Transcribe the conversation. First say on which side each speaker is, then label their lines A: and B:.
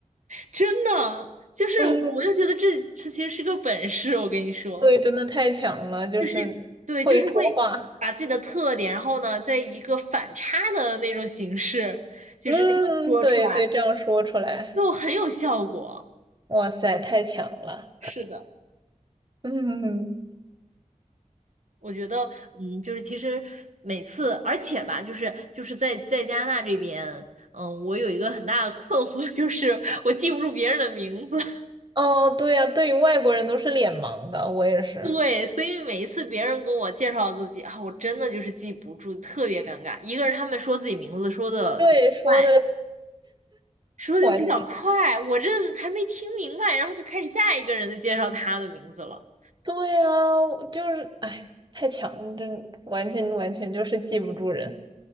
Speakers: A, on the right (about 65°); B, on the right (about 35°).
A: 真的，就是我就觉得这这其实是个本事，
B: 嗯，
A: 我跟你说。
B: 对，真的太强了，就是会说话。
A: 就是对，就是会把自己的特点，然后呢，在一个反差的那种形式，就是那样说出来，
B: 嗯，对对，这样说出来，
A: 就很有效果。
B: 哇塞，太强了。
A: 是的，
B: 嗯，
A: 我觉得，嗯，就是其实每次，而且吧，就是就是在在加拿大这边，嗯，我有一个很大的困惑，就是我记不住别人的名字。<laughs>
B: 哦，对呀，对于外国人都是脸盲的，我也是。
A: 对，所以每一次别人跟我介绍自己啊，我真的就是记不住，特别尴尬。一个是他们说自己名字说的比较快。
B: 对，说的
A: 说的比较快，
B: 完全
A: 我这还没听明白，然后就开始下一个人的介绍他的名字了。
B: 对啊，我就是，哎，太强真完全完全就是记不住人。